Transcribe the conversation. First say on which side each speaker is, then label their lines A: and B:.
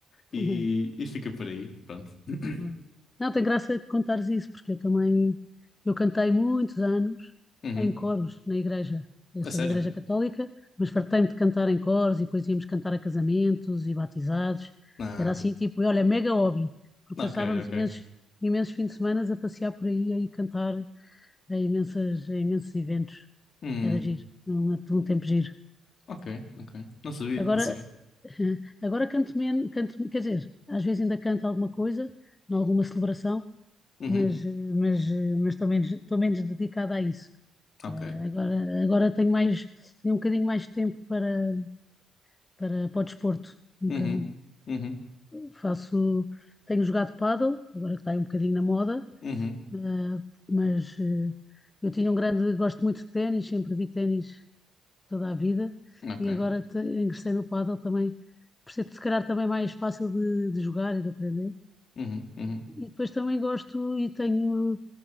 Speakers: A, on the left (about 50°); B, on the left (about 20°).
A: e,
B: <laughs>
A: e fica por aí, pronto. <coughs> <clears throat>
B: Boa. Não, tem graça contares isso, porque eu também, eu cantei muitos anos
A: Uhum.
B: em coros na igreja. Eu
A: A
B: sou
A: sério?
B: da Igreja Católica, mas fartei-me de cantar em coros e depois íamos cantar a casamentos e batizados.
A: Ah,
B: Era assim, tipo, olha, mega hobby, porque
A: ok,
B: passávamos
A: ok.
B: imensos, imensos fins de semana a passear por aí e cantar a imensas, em imensos eventos.
A: Hum,
B: Era giro, um, um tempo giro.
A: ok, ok. Não sabia,
B: Agora,
A: não sabia.
B: <laughs> agora canto menos, canto, quer dizer, às vezes ainda canto alguma coisa, em alguma celebração,
A: Uhum,
B: mas, eh, mas, eh, mas estou menos, estou menos dedicada a isso.
A: ok.
B: Eh, agora, agora tenho mais, tenho um bocadinho mais de tempo para, para, para o desporto. Um
A: Uhum,
B: bocadinho.
A: uhum,
B: Faço, tenho jogado pádel, agora que está aí um bocadinho na moda,
A: uhum,
B: eh, mas eh, eu tinha um grande, gosto muito de ténis, sempre vi ténis toda a vida
A: ok.
B: e agora te- ingressei no pádel também, por ser se calhar também mais fácil de, de jogar e de aprender.
A: Uhum, uhum,
B: E depois também gosto e tenho,